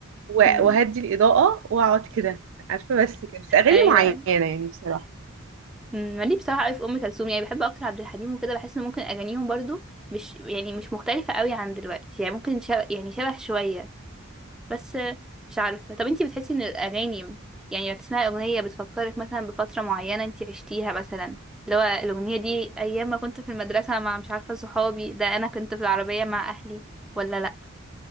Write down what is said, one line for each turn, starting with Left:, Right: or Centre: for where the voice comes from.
Right: و-
Centre: مم.
Right: وهدي الاضاءه واقعد كده عارفه بس كده بس اغاني
Centre: ايوه
Right: معينه
Centre: أيوه.
Right: يعني بصراحه
Centre: مم، مالي بصراحه قوي في ام كلثوم يعني بحب اكتر عبد الحليم وكده بحس ان ممكن اغانيهم برضو مش يعني مش مختلفه قوي عن دلوقتي يعني ممكن شبه يعني شبه شويه بس مش عارفه طب انتي بتحسي ان الاغاني يعني لما تسمعي اغنيه بتفكرك مثلا بفتره معينه انتي عشتيها مثلا اللي هو الاغنيه دي ايام ما كنت في المدرسه مع مش عارفه صحابي ده انا كنت في العربيه مع اهلي ولا لا